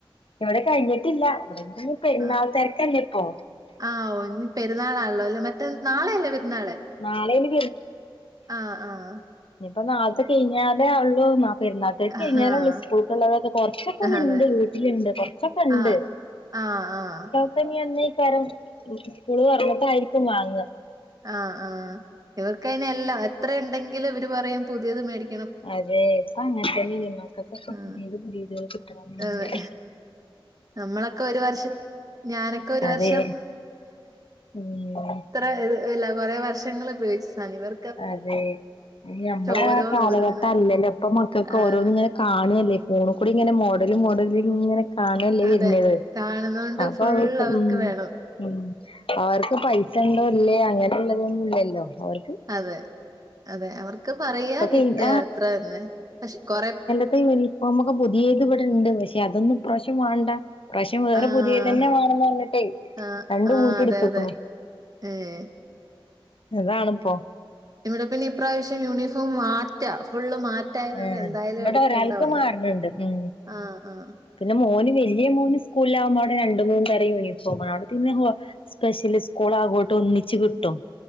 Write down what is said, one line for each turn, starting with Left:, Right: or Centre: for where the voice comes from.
Left: ഇവ്ടെ കഴ്ഞ്ട്ടില്ല ഇവടെഞ്പ്പൊ പെരുന്നാൾ
Right: ആഹ്
Left: തെരക്കല്ലേ പ്പോ?
Right: ആഹ് ഓ ഇഞ് പെരുന്നാളാല്ലോ അല്ലേ മറ്റേ നാളെയല്ലേ പെരുന്നാള്?
Left: നാളെയാണ്
Right: ആഹ് ആഹാ
Left: ഇഞ്ഞിപ്പ നാളത്തെ കയിഞ്ഞാലേ അറിള്ളു മാ പെര്ന്നാത്തെരക്ക്
Right: ആഹ്
Left: കഴ്ഞ്ഞാലേ
Right: ആഹ്
Left: ഒള്ളൂ സ്കൂൾക്ക്ള്ളതൊക്കെ കൊറച്ചൊക്കവ്ടെണ്ട്
Right: അതെ
Left: വീട്ടില്ണ്ട് കൊറച്ചൊക്കെണ്ട്
Right: ആഹ് ആഹ് ആഹാ
Left: പ്പെഞ്ഞെന്നെയ്ക്കാരം സ്കൂള് തൊർന്ന്ട്ടായിരിക്കും വാങ്ങ.
Right: ആഹ് ആഹ് ഇവർക്കയ്ന് എല്ലാം എത്രെയ്ണ്ടെങ്കിലും ഇവര് പറയും പുതിയത് മേടി
Left: അതെ ഇപ്പ അങ്ങൻ തന്നേണേ മക്കൾക്കൊക്കെ
Right: ആഹ്
Left: പുതിയേത് പുതിയേത്കള് കിട്ടണംന്നാ
Right: അതെ
Left: <inaudible>
Right: നമ്മളൊക്കെ ഒര് വർഷം ഞാനൊക്കെ ഒര്
Left: അതെ
Right: വർഷം
Left: ഉം
Right: ത്ര ഇദ് എല്ല കൊറേ വർഷങ്ങള് ഉപയോഗിച്ച സാനം ഇവർ
Left: അതെ ഇഞ് ഞമ്മടെ
Right: ഓരോന്ന്
Left: ആ കാലഘട്ടം
Right: ഓരോന്ന്
Left: അല്ലല്ലോ ഇപ്പം മക്കക്ക്
Right: ആഹ്
Left: ഓരോന്ന്ങ്ങനെ കാണു അല്ലേ ഫോണ്ക്കൂടിങ്ങനെ മോഡല് മോഡല് ഇങ്ങനെ കാണല്ലേ
Right: അതെ
Left: വര്ണെത്.
Right: കാണുന്നോണ്ട്
Left: അപ്പവർക്ക്
Right: ഫുൾ അവർക്ക്
Left: ഉം
Right: വേണം
Left: ഉം അവർക്ക് പൈസണ്ടോ ഇല്ലേ അങ്ങനെള്ളതൊന്നും ഇല്ലല്ലോ ഓർ
Right: അതെ അതെ അവർക്ക് പറയാ
Left: ഇപ്പൊ
Right: കിട്ടാ
Left: കഴിഞ്ഞ
Right: അത്രതന്നെ പഷേ കൊറേ
Left: പ്പ യുണിഫോമോക്കെ പുതിയത് ഇവ്ടെണ്ട് പഷേ അതൊന്നും ഇപ്രാശം വാണ്ട. ഇപ്രാശം വേറെ
Right: ആഹ്
Left: പുതിയതന്നെ വാണംന്ന് പറഞ്ഞിട്ടേ
Right: ആഹ്
Left: രണ്ട്
Right: ആഹ്
Left: കൂട്ടം
Right: അതെ
Left: എട്‌ത്ത്ക്ക്ണു.
Right: അതെ ഏഹ്
Left: അതാണ്പ്പം
Right: ഇവ്ടെ പിന്നെയിപ്രാശം യൂണിഫോം മാറ്റ ഫുള്ള് മാ റ്റായോണ്ടെ
Left: ആഹ്
Right: എന്തായാലും
Left: ഇവിടെ
Right: എട്‌ക്കണ്ട
Left: ഒരാൾക്ക്
Right: വന്നു
Left: മാറണുണ്ട് ഉം
Right: ആഹ് ആഹ്.
Left: പിന്നെ മോന് വല്യ മോന് സ്കൂളിലാക്മ്പോ അവ്ടെ രണ്ട് മൂന്ന് തരം യൂണിഫോമാണ് അവ്ടെ പിന്നെ ഹോ സ്പെഷ്യലി സ്കൂളാകൊണ്ട് ഒന്നിച്ച് കിട്ടും.